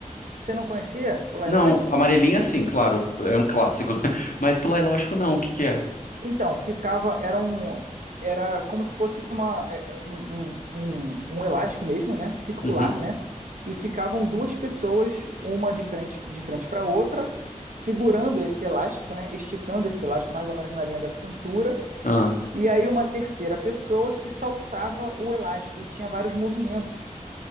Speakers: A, on the right; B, on the left.
A: Você não conhecia pular
B: Não,
A: elástico?
B: amarelinha sim, claro, é um clássico. <laughs> Mas pular elástico não, o que que é?
A: Então, ficava, era um, era como se fosse uma, é, é um, um, um, um elástico mesmo, né? Circular,
B: Uhum.
A: né? E ficavam duas pessoas, uma de frente, de frente para outra, segurando esse elástico, né? Esticando esse elástico mais ou menos na linha da cintura.
B: Ah,
A: E aí uma terceira pessoa que saltava o elástico e tinha vários movimentos.